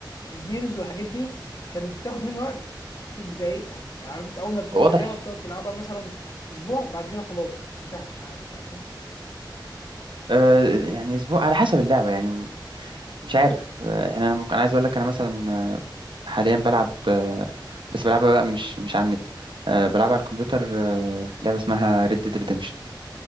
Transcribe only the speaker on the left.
الجيمز والحاجات دي كانت بتاخد مني وقت في بدايتها يعني عارف انت اول ما بتنزل
لعبه بتقعد تلعبها مثلا اسبوع بعد كده خلاص انتهت معاك فاهمني